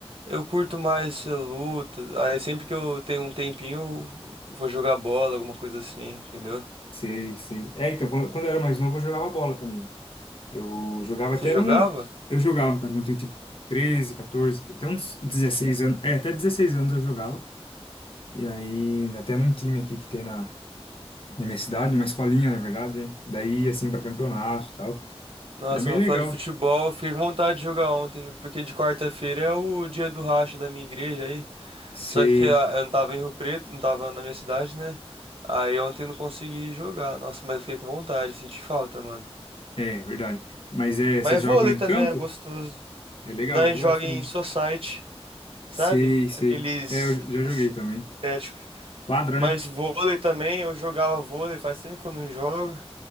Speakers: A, on the right; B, on the left.
A: eu curto mais eh, luta. Aí sempre que eu tenho um tempinho, eu vou jogar bola, alguma coisa assim, entendeu?
B: sei, sei. É, então, quando, quando eu era mais novo, eu jogava bola também. Eu jogava
A: Você
B: até
A: jogava?
B: um Eu jogava, cara, quando eu tinha, tipo, 13 14, até uns 16 anos, é, até 16 anos eu jogava. E aí, até num time aqui que tem na, na minha cidade, uma escolinha, na verdade, né? Daí, assim, pra campeonato e tal.
A: Nossa,
B: Era bem
A: mano,
B: legal.
A: falando de futebol, fiquei com vontade de jogar ontem, viu? porque de quarta-feira é o dia do racha da minha igreja aí.
B: Você.
A: Só que ah, eu não tava em Rio Preto, não tava na minha cidade, né? Aí ontem eu não consegui jogar. Nossa, mas fiquei com vontade, senti falta, mano.
B: É, verdade. Mas é,
A: Mas
B: vocês jogam
A: vôlei
B: em
A: também
B: campo?
A: é gostoso.
B: É legal,
A: Não, a
B: eu
A: gente
B: gosto
A: joga
B: também.
A: em society. sabe?
B: Sei, sei.
A: Aqueles
B: É, eu j- já joguei
A: asiáticos.
B: também. Quadra,
A: Mas
B: né?
A: vôlei também, eu jogava vôlei, faz tempo que eu não jogo.